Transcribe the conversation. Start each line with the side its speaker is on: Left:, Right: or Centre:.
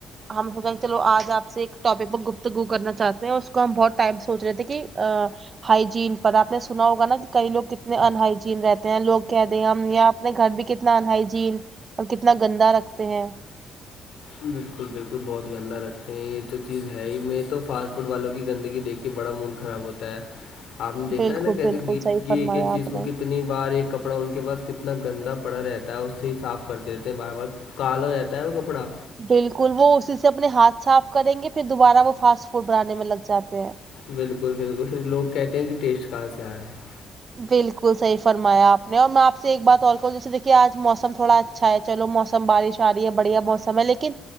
Right: ہم سوچا کی چلو آج آپ سے ایک ٹاپک پر گفتگو کرنا چاہتے ہیں اس کو ہم بہت ٹائم سے سوچ رہے تھے کی ہائیجین پر آپ نے سنا ہوگا نا کی کئی لوگ کت نے انہائجین رہتے ہیں لوگ کہتے ہیں ہم یا اپنے گھر بھی کتنا انہائجین اور کتنا گندا رکھتے ہیں
Left: بالکل بالکل بہت گندا رکھتے ہیں یے تو چیز ہے ہی میں تو فاسٹ فوڈ والوں کی گندگی دیکھ کے بڑا موڈ خراب ہوتا ہے آپ نے دیکھا
Right: بالکل
Left: ہے نا کیسے
Right: بالکل
Left: گیت
Right: صحیح
Left: کی
Right: فرمایا
Left: ایک ایک چیز
Right: آپ
Left: کو
Right: نے
Left: کتنی بار ایک کپڑا ان کے پاس کتنا گندا پڑا رہتا ہے اس سے ہی صاف کر تے رہتے ہیں بار بار کالا ہو جاتا ہے وہ کپڑا
Right: بالکل وہ اسی سے اپنے ہاتھ صاف کریں گے پھر دوبارہ وہ فاسٹ فوڈ بنانے میں لگ جاتے ہیں
Left: بالکل بالکل پھر لوگ کہتے ہیں کی ٹیسٹ کہاں سے آ رہا ہے
Right: بالکل صحیح فرمایا آپ نے اور میں آپ سے ایک بات اور کہوں جیسے دیکھیے آج موسم تھوڑا اچھا ہے چلو موسم بارش آ رہی ہے بڑھیا موسم ہے لیکن